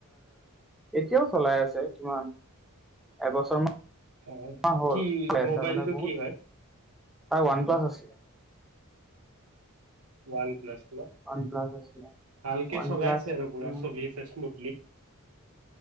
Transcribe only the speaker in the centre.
এতিয়াও চলাই আছে কিমান এবছৰ মান
হ'ল
মানে বহুত
তাৰ ওৱান প্লাছ আছে। অ'।
One plus আছিলে
ওৱান
প্লাছ
উম,